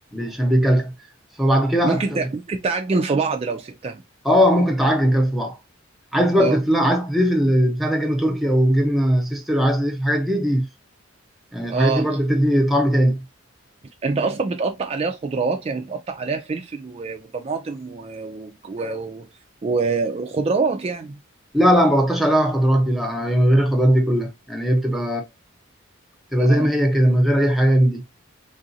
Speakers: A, in the centre; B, on the right.
A: عشان بيكلكع فبعد كده
B: ممكن
A: هت
B: تع- ممكن تعجن في بعض لو سبتها
A: اه ممكن تعجن كده في بعض عايز بقى
B: اه
A: تضيف لها عايز تضيف البتاع ده جبنه تركي او جبنه سيستر عايز تضيف الحاجات دي ضيف يعني الحاجات
B: اه
A: دي برضه بتدي طعم تاني
B: انت اصلا بتقطع عليها خضروات يعني بتقطع عليها فلفل و- وطماطم و- و- و- و- وخضروات يعني
A: لا لا ما بغطاش عليها خضروات دي لا هي من غير الخضروات دي كلها يعني هي بتبقى بتبقى
B: اه
A: زي ما هي كده من غير اي حاجه من دي